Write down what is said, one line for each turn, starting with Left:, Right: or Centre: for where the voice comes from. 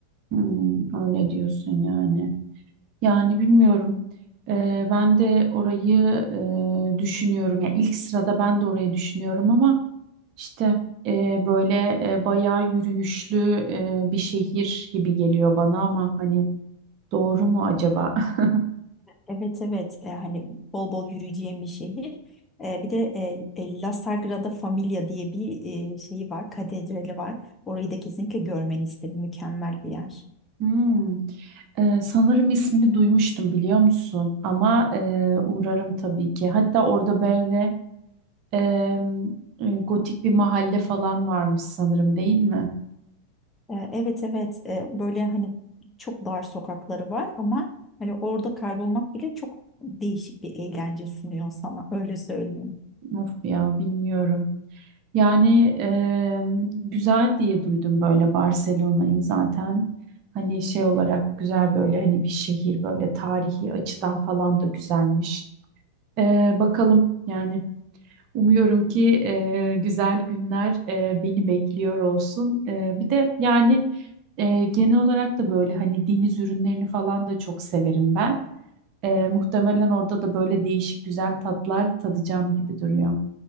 Right: Hmm, öyle diyorsun yani. Yani bilmiyorum. Ee, ben de orayı e, düşünüyorum. Yani ilk sırada ben de orayı düşünüyorum ama işte e, böyle e, bayağı yürüyüşlü e, bir şehir gibi geliyor bana ama hani doğru mu acaba? <laughs>
Left: Evet evet E, hani bol bol yürüyeceğim bir şehir. E, bir de e, e, La Sagrada Familia diye bir e, şeyi var, katedrali var. Orayı da kesinlikle görmeni isterim. Mükemmel bir yer.
Right: Hmm. Ee, sanırım ismini duymuştum biliyor musun? Ama e, uğrarım tabii ki. Hatta orada böyle e, e, gotik bir mahalle falan varmış sanırım değil mi?
Left: E, evet evet E, böyle hani çok dar sokakları var ama hani orada kaybolmak bile çok değişik bir eğlence sunuyor sana öyle söyleyeyim.
Right: Of ya bilmiyorum. Yani em, güzel diye duydum böyle Barcelona'yı zaten hani şey olarak güzel böyle hani bir şehir böyle tarihi açıdan falan da güzelmiş. E, bakalım yani umuyorum ki e, güzel günler e, beni bekliyor olsun. E, bir de yani e, genel olarak da böyle hani deniz ürünlerini falan da çok severim ben. Ee, muhtemelen orada da böyle değişik güzel tatlar tadacağım gibi duruyor.